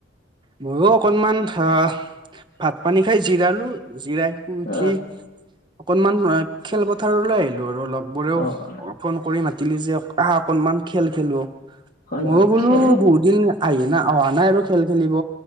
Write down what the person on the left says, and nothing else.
তুমি
অ', অ'।
হয়,
হয়,
খেল